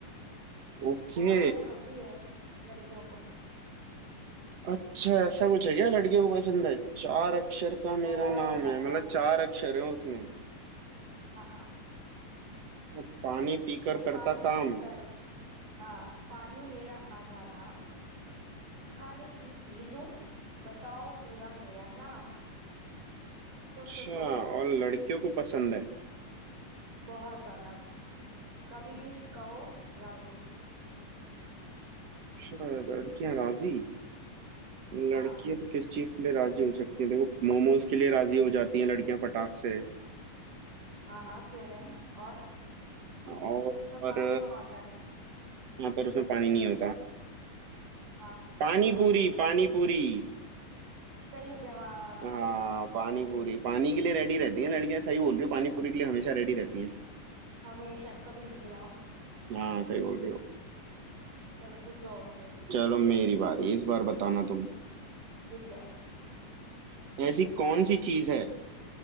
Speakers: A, on the right; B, on the right.
A: ओके
B: बहुत पसंद होती है लड़कियों को
A: अच्छा ऐसा कुछ है क्या लड़कियों को पसंद है चार अक्षर का मेरा
B: बहुत
A: नाम
B: ज्यादा
A: है मतलब चार अक्षर है उसमें
B: हाँ
A: और पानी पीकर
B: और
A: करता
B: पानी
A: काम
B: पीकर हाँ पानी मेरा आधा नाम खाने की चीज हूँ बताओ पूरा मेरा नाम सोचो
A: अच्छा
B: सोचो
A: और लड़कियों को पसंद है
B: बहुत ज्यादा कभी भी कहो राजी
A: अच्छा लड़कियां राजी लड़कियां
B: हाँ
A: तो किस चीज के लिए राजी हो सकती हैं देखो मोमोज के लिए राजी हो जाती हैं लड़कियां फटाक से
B: हाँ हाँ क्यों नहीं और
A: और,
B: उसमें पानी
A: और
B: कहाँ होता है
A: हाँ पर उसमें पानी नहीं होता
B: हाँ
A: पानी
B: और
A: पूरी
B: सोचो
A: पानी पूरी
B: सही जवाब
A: हाँ पानी
B: सही
A: पूरी पानी के लिए रेडी रहती हैं लड़कियां सही बोल रही हो पानी पूरी के लिए हमेशा रेडी रहती हैं
B: हमेशा कभी भी खिलाओ
A: हाँ सही बोल रही हो
B: चलो पूछो हमसे
A: चलो मेरी बारी इस बार बताना तुम
B: ठीक है
A: ऐसी कौन सी चीज है